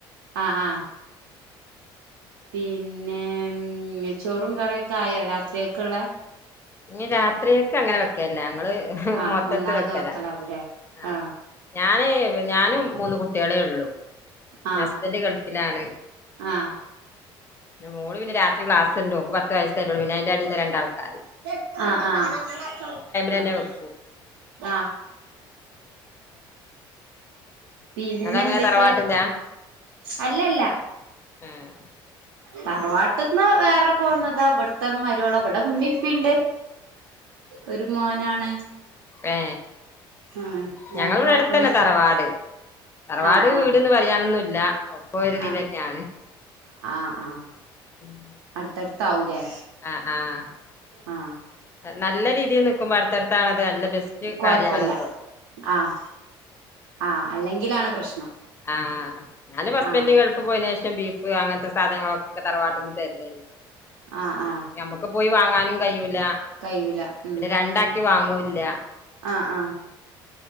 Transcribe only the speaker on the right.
ആഹ് ആഹ് പിന്നെ ചോറും കറിയൊക്കായോ രാത്രിയൊ ക്കൊള്ളെ
ആ
ഒന്നാകെ
വെക്കലാവുംല്ലേ
ആ
ആ
ആ
ആഹ് ആഹ് ആഹ്
ആഹ് പിന്നെ
എന്തൊക്കെ
അല്ലല്ല
തറവാട്ട്ന്ന് വേറെ പോന്നതാ അവ്ടുത്തെ മര്വോള അവ്ടെ ഉമ്മീംപ്പീണ്ട് ഒരു മോനാണ്.
ആ ഞാനും
മക്കളൊക്കെണ്ട്
ആ ആ
ആ ആഹ് ആഹ്
അട്ത്തട്ത്താവൂലേ
ആഹ്
കൊഴപ്പല്ല
ആഹ് ആഹ് അല്ലെങ്കിലാണ് പ്രശ്നം.
ആഹ്
ആഹ് ആഹ്
കയ്യൂല ഉം
ആഹ് ആഹ്